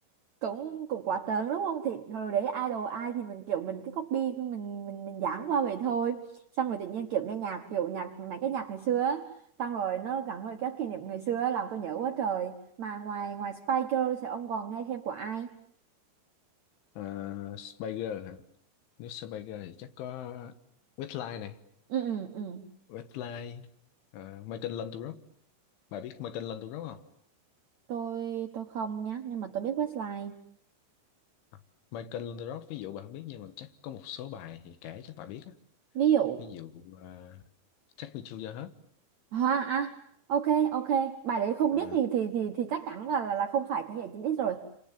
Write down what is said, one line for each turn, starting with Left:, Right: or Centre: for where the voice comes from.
Right: cũng cũng quá trớn đúng không thì hồi đấy idol ai thì mình kiểu mình cứ copy mình mình mình dán qua vậy thôi xong rồi tự nhiên kiểu nghe nhạc kiểu nhạc mấy cái nhạc ngày xưa á, xong rồi nó gắn với các kỷ niệm ngày xưa á, làm tôi nhớ quá trời mà ngoài ngoài Spice Girls thì ông còn nghe thêm của ai
Left: ờ, Spiger hả nếu Spiger thì chắc có Westlife này
Right: ừ ừ ừ
Left: Westlife ờ, Michael Landau bà biết Michael Landau không
Right: tôi tôi không nhá nhưng mà tôi biết Westlife
Left: À, Michael Landau ví dụ bà không biết nhưng mà chắc có một số bài thì kể chắc bà biết á
Right: ví dụ
Left: ví dụ ờ, Take Me To Your Heart
Right: À, à ok ok bài đấy không
Left: Ờ,
Right: biết thì thì thì thì chắc chắn là là, là không phải thế hệ 9X rồi